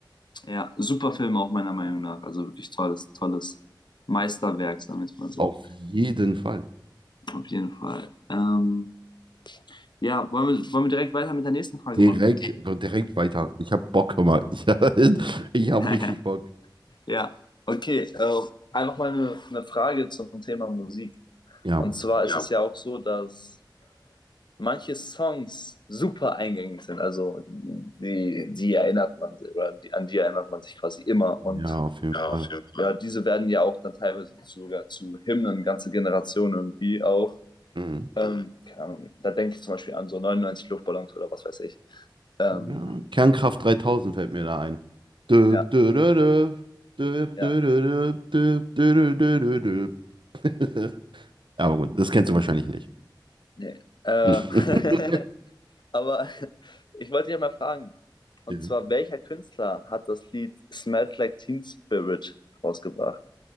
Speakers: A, on the left (about 70°); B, on the right (about 85°).
A: ja, super Film auch meiner Meinung nach. Also wirklich tolles, tolles Meisterwerk, sagen wir es mal so.
B: Auf jeden Fall.
A: Auf jeden Fall. Ähm, ja, wollen wir, wollen wir direkt weiter mit der nächsten Frage
B: Direkt,
A: machen?
B: direkt weiter. Ich habe Bock, hör mal. Ich, <laughs> ich habe
A: <laughs>
B: richtig Bock.
A: Ja, okay. Ähm, einfach mal eine, eine Frage zum Thema Musik.
B: Ja.
A: Und zwar ist Ja. es ja auch so, dass manche Songs super eingängig sind. Also die, die erinnert man oder die, an die erinnert man sich quasi immer. Und
B: Ja, auf jeden
A: Ja,
B: Fall.
A: auf jeden Fall. ja, diese werden ja auch dann teilweise sogar zu Hymnen, ganze Generationen irgendwie auch.
B: Mhm.
A: Mhm. Ähm, keine Ahnung, da denke ich zum Beispiel an so 99 Luftballons oder was weiß ich. Ähm,
B: Ja, Kernkraft 3000 fällt mir da ein. Düb,
A: Ja. ja,
B: dü, dü, dü, düb,
A: ja,
B: dü, dü, dü, düb, dü, dü, dü, dü, dü. <laughs> Ja, Aber gut, das kennst du wahrscheinlich nicht.
A: nee. Äh,
B: <laughs>
A: <laughs> aber ich wollte dich ja mal fragen, und
B: Mhm.
A: zwar, welcher Künstler hat das Lied Smells Like Teen Spirit rausgebracht?